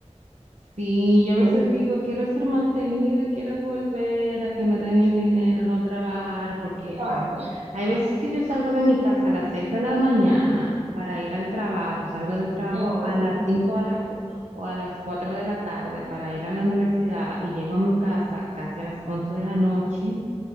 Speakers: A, on the right (about 80°); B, on the right (about 60°).
A: Sí, yo a veces
B: Sí.
A: digo, quiero ser mantenida, quiero volver a que me den el dinero, no trabajar, porque
B: Ah,
A: ajá, hay veces que yo salgo de mi casa a las 6 de la mañana para ir al trabajo, salgo del trabajo
B: no,
A: a
B: ese,
A: las 5 a la cu- o a las 4 de la tarde para ir a la universidad y llego a mi casa casi a las 11 de la noche,